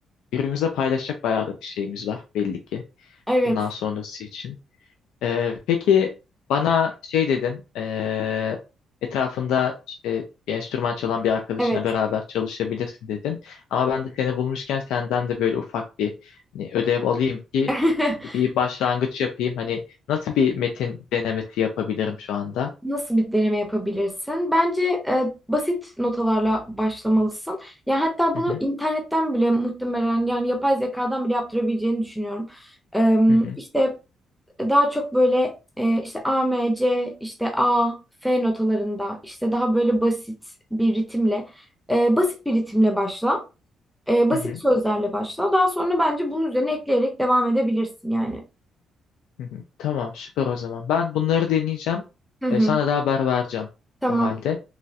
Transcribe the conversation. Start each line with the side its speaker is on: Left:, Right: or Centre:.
Left: birbirimize paylaşacak bayağı da bir şeyimiz var belli ki
Centre: evet.
Left: bundan sonrası için. Ee, peki bana şey dedin, ee, etrafında işte bir enstrüman çalan bir arkadaşınla
Centre: Evet.
Left: beraber çalışabilirsin dedin. Ama ben de seni bulmuşken senden de böyle ufak bir hani ödev alayım ki
Centre: <laughs>
Left: bir başlangıç yapayım. Hani nasıl bir metin denemesi yapabilirim şu anda?
Centre: Nasıl bir deneme yapabilirsin? Bence e, basit notalarla başlamalısın. Ya hatta bunu
Left: Hı hı,
Centre: internetten bile muhtemelen yani yapay zekadan bile yaptırabileceğini düşünüyorum. E,
Left: hı hı,
Centre: işte daha çok böyle e, işte A, M, C, işte A, F notalarında işte daha böyle basit bir ritimle e, basit bir ritimle başla. E, basit
Left: hı hı,
Centre: sözlerle başla. Daha sonra bence bunun üzerine ekleyerek devam edebilirsin yani.
Left: hı hı. Tamam, süper o zaman. Ben bunları deneyeceğim.
Centre: Hı hı.
Left: Ee, sana da haber vereceğim
Centre: Tamam.
Left: o halde.